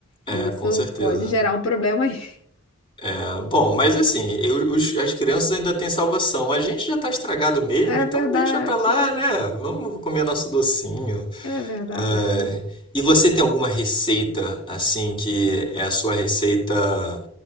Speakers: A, on the left; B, on the left.
A: É,
B: E Isso
A: com certeza.
B: pode gerar um problema aí. <laughs>
A: É, bom, mas assim, eu- os- as crianças ainda têm salvação. A gente já tá estragado mesmo,
B: É
A: então
B: verdade,
A: deixa pra lá, né? Vamos comer nosso docinho.
B: é verdade.
A: É, e você tem alguma receita, assim, que é a sua receita,